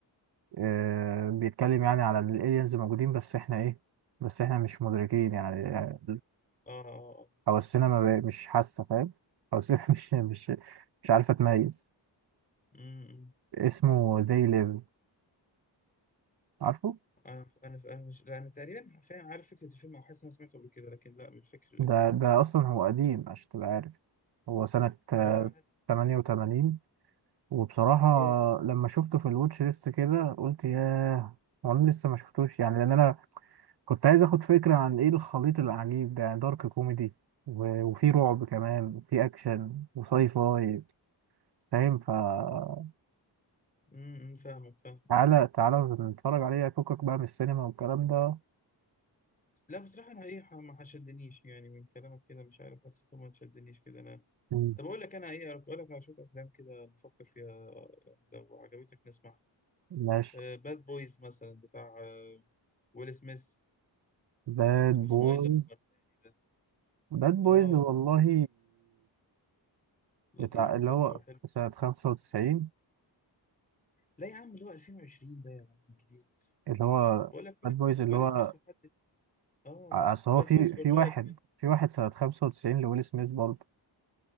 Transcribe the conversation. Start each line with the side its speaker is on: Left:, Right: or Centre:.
Right: آه بيتكلم يعني على ان الالينز موجودين بس احنا ايه بس احنا مش مدركين يعني يعني
Left: اه آه.
Right: حواسنا ما بقى- مش حاسه فاهم حواسنا <laughs> مش مش مش عارفه تميز
Left: أمم. امم.
Right: اسمه They Live عارفه
Left: انا انا انا مش لا انا تقريبا فاهم عارف فكره الفيلم او حاسس إن انا سمعته قبل كده لكن لا مش فاكر الاسم
Right: ده ده أصلا هو قديم عشان تبقى عارف هو سنة
Left: ما هو انا
Right: تمانية وتمانين وبصراحة
Left: ياه
Right: لما شفته في الواتش ليست كده قلت ياه هو أنا لسه ما شفتوش يعني لأن أنا كنت عايز أخد فكرة عن إيه الخليط العجيب ده يعني دارك كوميدي و- وفي رعب كمان وفي أكشن وساي فاي فاهم فتعالى
Left: امم امم. فاهمك فاهم
Right: تعالى نتفرج عليه فكك بقى من السينما والكلام ده
Left: لا بصراحه انا ايه ما شدنيش يعني من كلامك كده مش عارف حسيته ما شدنيش كده انا
Right: مم.
Left: طب اقول لك انا ايه اقول لك على شويه افلام كده نفكر فيها يعني لو عجبتك نسمعها
Right: ماشي
Left: باد بويز مثلا بتاع آه، ويل سميث
Right: باد
Left: واسمه
Right: بويز
Left: ايه الاسمر التاني ده
Right: باد بويز
Left: اه
Right: والله
Left: لطيف
Right: بتاع
Left: وخل
Right: اللي هو
Left: وحلو
Right: سنة 95
Left: لا يا عم اللي هو 2020 ده يا عم جديد
Right: اللي هو
Left: بقول لك
Right: باد
Left: ويل
Right: بويز اللي
Left: ويل
Right: هو
Left: سميث وحد اه
Right: اصل
Left: باد
Right: هو في
Left: بويز فور
Right: في
Left: لايف
Right: واحد
Left: كده
Right: في واحد سنة 95 لويل سميث برضه